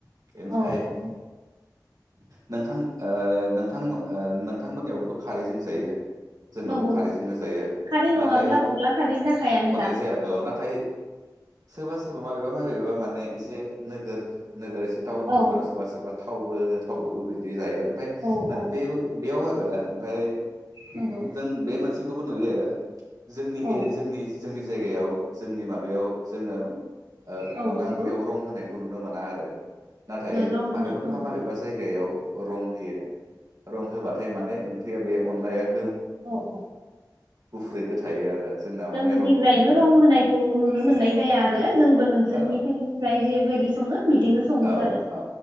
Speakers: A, on the right (about 55°); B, on the right (about 85°).
A: ओमफाय
B: औ औ
A: नोंथां। ओ नोंथां मो ओ नोंथांमोननियावबोथ' खारैजों जायो। जोंनावबो
B: नंगौ
A: खारैजोंनो
B: नंगौ
A: जायो
B: खारै नङाब्ला
A: नाथाय
B: अनला खारै जाखायानो
A: हननाय
B: दा
A: जाया औ नाथाय सोरबा सोरबा माबेबा माबेबा माने एसे। नोगोर। नोगोर। ताउननि
B: औ
A: फोरा सोरबा सोरबा। थावबोर थावदोबो बिदि जायो आरो ओमफ्राय
B: औ
A: ना
B: औ
A: बे बो बेयाव आ ओआ ओमफाय
B: नंगौ
A: जों बे मोनसे खौबो नुयो। जोंनि
B: औ
A: एरि जोंनिस जोंनिस जायगायाव जोंनि माबायाव जोङो। ओ
B: औ
A: अनदला
B: नंगौ
A: ओंख्रियाव रं होनाय। खु नुनो मोनाद दे नाथाय
B: रं
A: माबेबा
B: होनाय औ
A: मा
B: नंगौ
A: माबेबा जायगायाव रं होयो। रं होबाथाय माने ओं फैया बे अनलायाक
B: अ अ
A: गुफुरैनो थायो आरो जोंनाव
B: जोंनिथिंजायबो
A: माने रं होनायखौ
B: रं
A: नुनो
B: होनायखौ
A: मोना
B: नुनो मोननाय जाया आरो जोंबो नोंसोरनिथिं
A: औ
B: जाय जेबायदि सङो बि बिदिनो सङो
A: औ
B: आरो
A: औ